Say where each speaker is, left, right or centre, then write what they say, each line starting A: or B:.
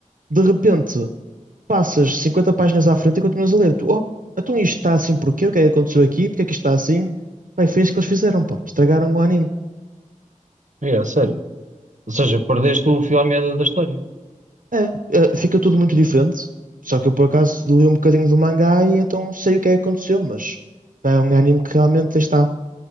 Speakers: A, on the right; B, on the right.
A: de repente passas 50 páginas à frente e continuas a ler. Tu, oh, então isto está assim porquê? O que é que aconteceu aqui? Porque é que isto está assim? Bem, foi isso que eles fizeram, pá. Estragaram o anime.
B: É, sério. Ou seja, perdeste o fio à meada da história.
A: É, ah, fica tudo muito diferente. Só que eu por acaso li um bocadinho do mangá e então sei o que é que aconteceu, mas é um anime que realmente aí está.